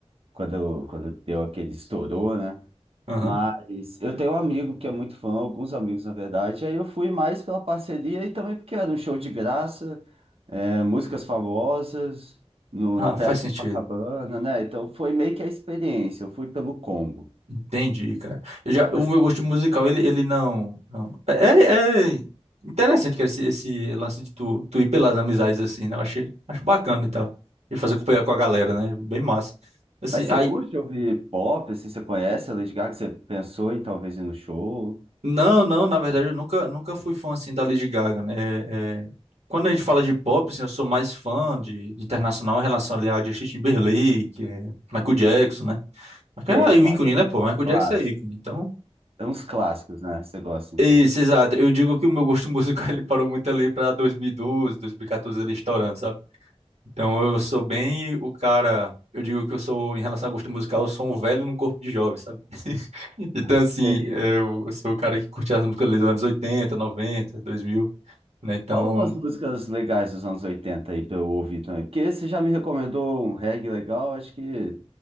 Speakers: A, on the right; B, on the right.
A: quando, quando deu aquele estourou, né?
B: Aham.
A: Mas eu tenho um amigo que é muito fã, alguns amigos na verdade, e aí eu fui mais pela parceria e também porque era um show de graça, é, músicas famosas, no,
B: Ah,
A: na Praia
B: faz
A: de
B: sentido.
A: Copacabana, né? Então foi meio que a experiência, eu fui pelo combo.
B: Entendi, cara. Eu já,
A: Mas,
B: o meu gosto musical, ele, ele não, não. É, é é interessante, cara, esse, esse lance de tu, tu ir pelas amizades assim, né? Eu achei, acho bacana e tal. E fazer companhia com a galera, né? Bem massa. Assim,
A: mas você
B: aí,
A: curte ouvir pop, assim, você conhece a Lady Gaga, você pensou em talvez ir no show?
B: não, não, na verdade, eu nunca, nunca fui fã assim da Lady Gaga, né? É, é, quando a gente fala de pop, assim, eu sou mais fã de, de internacional em relação ali a Justin Timberlake, é, Michael Jackson, né? Mas, cara,
A: Sei, tipo,
B: É o ícone,
A: mais
B: né, pô? Michael Jackson
A: clássico.
B: é ícone. Então,
A: É uns clássicos, né? Você gosta, então.
B: Isso, exato. Eu digo que o meu gosto <laughs> musical ele parou muito ali para 2012, 2014 ele estourando, sabe? Então eu sou bem o cara, eu digo que eu sou em relação a gosto musical, eu sou um velho num corpo de jovem, sabe? <laughs> Então
A: <laughs> Sei.
B: assim, eu sou o cara que curte as músicas ali dos anos 80, 90, 2000, né? Então,
A: Fala umas músicas legais dos anos 80 aí pra eu ouvir também. Porque você já me recomendou um reggae legal, acho que